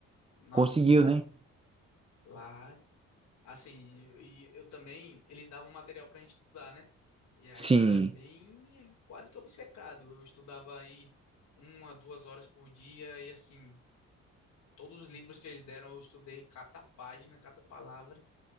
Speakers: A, on the left; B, on the right.
A: nossa,
B: Conseguiu,
A: muito.
B: né?
A: Lá Assim, e eu também, eles davam material pra gente estudar, né? E aí
B: Sim,
A: eu era bem, quase que obcecado. Eu estudava aí uma, duas horas por dia e assim, todos os livros que eles deram eu estudei cada página, cada palavra